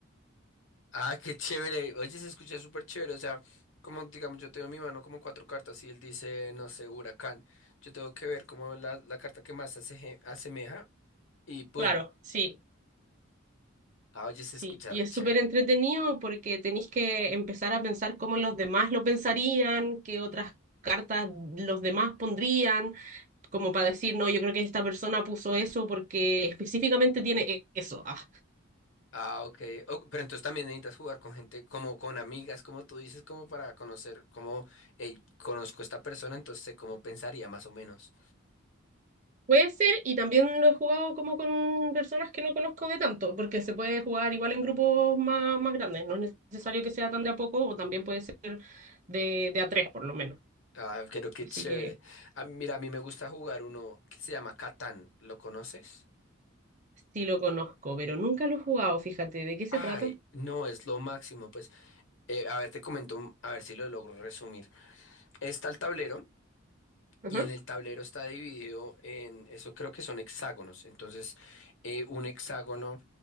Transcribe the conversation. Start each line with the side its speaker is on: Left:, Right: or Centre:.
Left: Ah, qué chévere. Oye, se escucha súper chévere. O sea, como digamos, yo tengo en mi mano como cuatro cartas y él dice, no sé, huracán. Yo tengo que ver como la, la carta que más se aseje- asemeja y ¡pum!
Right: Claro, sí,
Left: Ah, oye, se
Right: sí.
Left: escucha
Right: Y
Left: re
Right: es
Left: chévere.
Right: súper entretenido porque tenéis que empezar a pensar cómo los demás lo pensarían, qué otras cartas los demás pondrían, como para decir, no, yo creo que esta persona puso eso porque específicamente tiene e- eso. ah.
Left: Ah, ok. Oh, pero entonces también necesitas jugar con gente, como con amigas, como tú dices, como para conocer, como, hey, conozco a esta persona, entonces sé cómo pensaría más o menos.
Right: Puede ser, y también lo he jugado como con personas que no conozco de tanto, porque se puede jugar igual en grupos más, más grandes, no es necesario que sea tan de a poco, o también puede ser de, de a tres por lo menos.
Left: Ah, pero qué
Right: Así
Left: chévere.
Right: que
Left: Ah, mira, a mí me gusta jugar uno que se llama Catán. ¿Lo conoces?
Right: sí lo conozco, pero nunca lo he jugado, fíjate, ¿de qué se
Left: Ay,
Right: trata?
Left: no, es lo máximo. Pues Eh, a ver, te comento, un- a ver si lo logro resumir. Está el tablero,
Right: Ajá,
Left: y en el tablero está dividido en, eso creo que son hexágonos. Entonces, eh, un hexágono